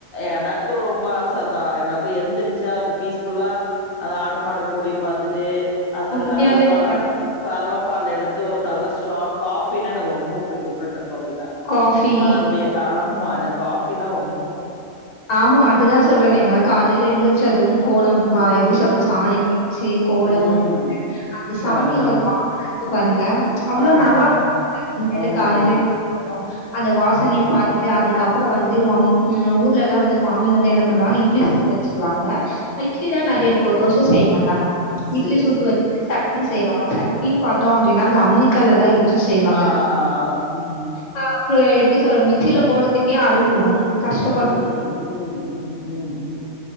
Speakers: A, on the left; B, on the left.
A: எனக்கு ரொம்ப ஆச சதா எனக்கு எந்திரிச்சா அது பீஸ் ஃபுல்லா அந்த ஆடு மாடு கோழி பாத்துட்டு அந்த
B: உண்மையாலேங்க.
A: கறவ பால கரவப்பால் எடுத்து ஒரு நல்ல ஸ்ட்ராங் காஃபினா எனக்கு ரொம்ப பிடிக்கு ஃபில்டர் காஃபினா
B: காஃபி.
A: அது அப்டியே ஆமா எனக்கு காஃபினா ரொம்ப புடிக்கு
B: ஆமா அதுதா சொல்றே நீங்க காலைல எந்திர்ச்சது கோலம்
A: ம்
B: வ எப்டி
A: ம்
B: சொல்றது சாணி தெளிச்சு கோலம்
A: ம்
B: போ ட்டு அந்த சாணியோட
A: ஆமா
B: வாசன இருக்கு பாருங்க அவ்ளோ
A: ஆமா
B: நல்லாருக் கு நீங்களு
A: ம்
B: காலையே எந்தி ரிச்சது அந்த வாசனைய பாத்துட்டு அதுக்கப்ற வந்து மம் அ ஊர் லெல்லா வந்து மாமி வந்து என்ன பண்ணுவாங்க இட்லி சுட்டு வச்சுருவாங்க அ இட்லி தா நெறைய இருக்கு தோச செய்ய மாட்டாங்க
A: சேரி
B: இட்லி சுட்டு
A: சேரி
B: வெச்சுட்டு சட்னி செய்வாங்க சட்னினு பாத்தோ அப்டினா அந்த அம்மிக்கல்ல தா இடிச்சு செய்வாங்க
A: ஆ ம்
B: பா இப்ப எப்டி சொல்றது மிக்சில போட்றத்துக்கே அழுகுரோ கஷ்ட
A: ம் ம் ம் ம் ம்